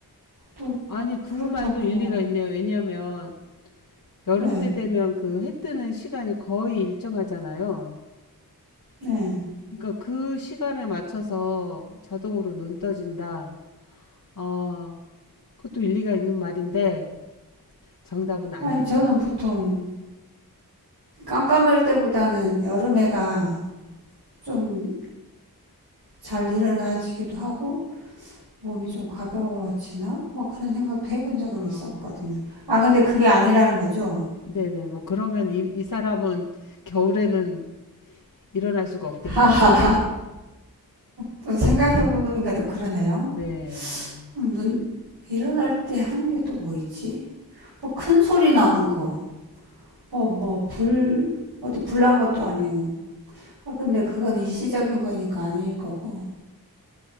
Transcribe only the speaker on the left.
아니, 그
말도 일리가
있네요. 왜냐면 여름
때 되면 그 해 뜨는 시간이 거의 일정하잖아요.
그러니까 그 시간에 맞춰서 자동으로 눈 떠진다. 어, 그것도 일리가 있는 말인데 정답은 아닙니다.
어,
네네. 뭐 그러면 이, 이 사람은 겨울에는 일어날 수가 없겠네요.
아, 네.